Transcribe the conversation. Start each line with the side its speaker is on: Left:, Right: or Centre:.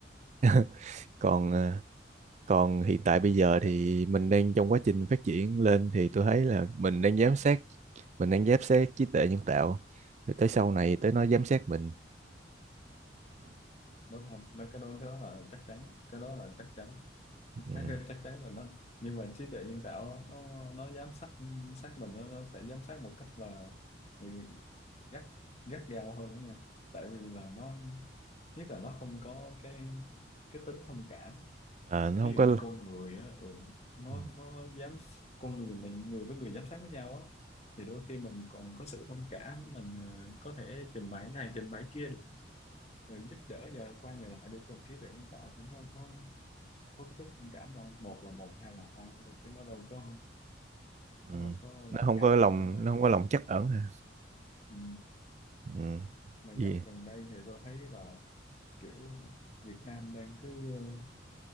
Right: <laughs> còn ờ, còn hiện tại bây giờ
Left: dạ
Right: thì mình đang trong quá trình phát triển lên thì tôi thấy là mình đang giám sát mình đang giám sát trí tuệ nhân tạo rồi tới sau này tới nó giám sát mình
Left: đúng không đó, cái đó cái đó là chắc chắn cái đó là chắc chắn
Right: ừ.
Left: chắc chắc chắn là nó nhưng mà trí tuệ nhân tạo nó nó giám sát sát mình nó, nó sẽ giám sát một cách là ừ, gắt gắt gao hơn đó nha tại vì là nó nhất là nó không có cái cái tính thông cảm
Right: Ờ, nó
Left: ví
Right: không
Left: dụ
Right: có
Left: như con người á ừ, nó
Right: ừ.
Left: nó dám con người mình người với người giám sát với nhau á thì đôi khi mình còn có sự thông cảm mình ờ, có thể trình bày này trình bày kia được rồi giúp đỡ nhờ qua nhờ lại được còn trí tuệ nhân tạo thì nó có có cái tính thông cảm đâu một là một hai là hai thôi, chứ nó đâu có
Right: Ừ.
Left: nó đâu có
Right: nó
Left: làm
Right: không
Left: khác
Right: có lòng
Left: đâu đúng không
Right: nó không có lòng trắc ẩn hả
Left: ừ.
Right: ừ.
Left: mà dạo
Right: gì
Left: gần đây thì tôi thấy là kiểu Việt Nam đang cứ ờ,